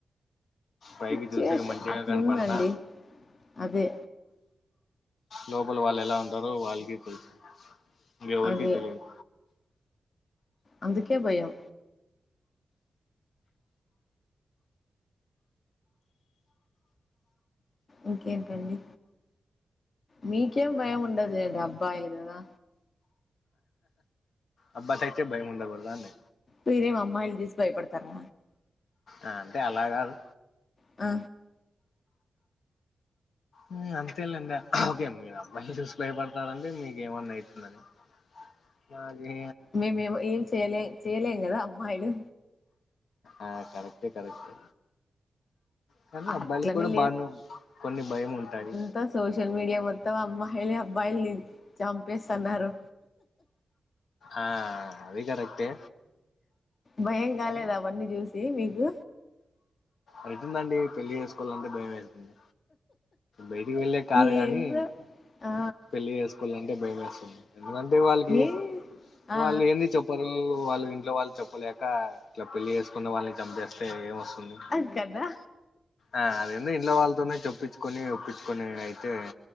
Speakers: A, on the left (about 75°); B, on the left (about 40°).
A: పైకి
B: సిచువేషన్
A: చూసే మంచిగా
B: అట్లుందండి
A: కనపడినా
B: అదే
A: లోపల వాళ్ళు ఎలా ఉంటారో వాళ్ళకి తెలుసు ఇంకెవరికి
B: అదే
A: తెలియదు
B: అందుకే భయం ఇంకేంటండి మీకేం భయం
A: ఉమ్,
B: ఉండదులేండి అబ్బాయిలు గదా
A: అబ్బాయి కైతే బయముండ కూడ దాండి
B: మీరేమీ అమ్మాయిలను చూసి భయపడతారా
A: ఆ అంటే అలాగాదు
B: ఆ
A: ఉమ్మ్ అంతేలేండి ఓకే మీరు అమ్మాయిలను చూసి భయపడతారంటే మీకేమన్నా అయితుందని నాకి
B: మేమేమో ఏం చేయలే చేయలేం కదా అమ్మాయిలు
A: ఆ కరెక్టే కరెక్టే కానీ అబ్బాయిలకు
B: అట్లని
A: కూడా బానుం కొన్ని భయం ఉంటాది
B: త్త సోషల్ మీడియా మొత్తం అమ్మాయిలే అబ్బాయిల్ని చంపేస్తాన్నారు
A: ఆ అది కరెక్టే
B: భయం కాలేదా
A: కానీ
B: అవన్నీ చూసి నీకు
A: అయితుందండి పెళ్లి చేసుకోవాలంటే భయమే అయితుంది బయటికి వెళ్ళే కాదు
B: ఏందో
A: గానీ
B: ఆ
A: పెళ్లి చేసు కోవాలంటే భయమేస్తుంది ఎందుకంటే వాళ్ళకి
B: ఏ ఆ
A: వాళ్ళు ఏంది చె ప్పారు వాళ్ళు ఇంట్లో వాళ్ళు చెప్పలేక ఇట్లా పెళ్లి చేసుకున్న వాళ్ళని చంపేస్తే ఏం వస్తుంది
B: అది కదా
A: ఆ అదేందో ఇంట్ల వాళ్ళతోనే చొపిచ్చుకొనీ ఒప్పిచ్చికొనీ అయితే